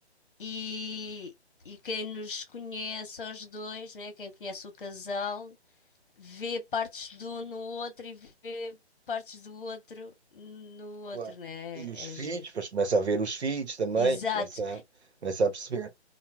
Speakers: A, on the left; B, on the right.
A: E, e quem nos conhece aos dois, né? Quem conhece o casal, vê partes de um no outro e vê partes do outro no outro,
B: claro.
A: né?
B: E os
A: É
B: filhos,
A: giro.
B: depois começa a ver os filhos também,
A: Exato.
B: começa a, começa a perceber.